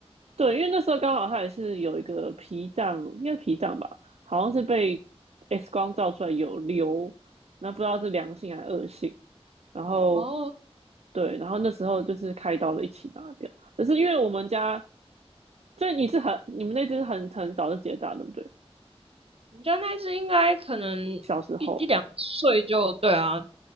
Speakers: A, on the right; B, on the right.
A: 对，因为那时候刚好她也是有一个脾脏，应该是脾脏吧，好像是被 X 光照出来有瘤，那不知道是良性还是恶性。然后
B: 哦，
A: 对，然后那时候就是开刀了一起拿掉，可是因为我们家，所以你是很你们那只很很早就结扎，对不对？
B: 我们家那只应该可能一一两岁就对啊，
A: 小时候
B: 哦，